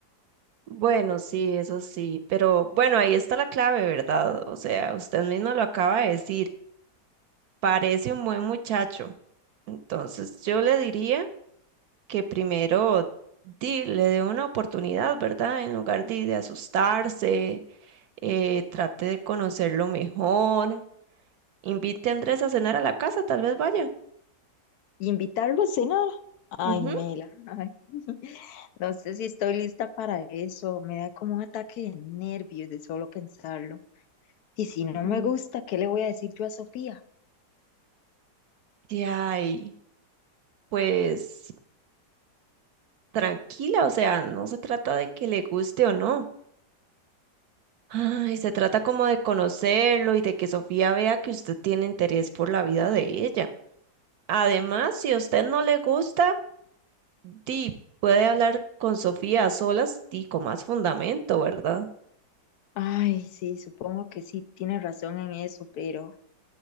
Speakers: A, on the right (about 70°); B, on the left (about 70°).
A: bueno, sí, eso sí. Pero bueno, ahí está la clave, ¿verdad? O sea, usted mismo lo acaba de decir. Parece un buen muchacho. Entonces yo le diría que primero di- le dé una oportunidad, ¿verdad? En lugar de de asustarse eh, trate de conocerlo mejor, invite a Andrés a cenar a la casa, tal vez vaya.
B: Invitarlo a cenar. Ay,
A: Ujú.
B: Mela, ay, no sé si estoy lista para eso. Me da como un ataque de nervios de solo pensarlo. Y si no
A: Mm,
B: me gusta, ¿qué le voy a decir yo a Sofía?
A: Y ay, pues tranquila, o sea, no se trata de que le guste o no. Ay, se trata como de conocerlo y de que Sofía vea que usted tiene interés por la vida de ella. Además, si a usted no le gusta, di, puede hablar con Sofía a solas y con más fundamento, ¿verdad?
B: Ay, sí, supongo que sí, tiene razón en eso, pero,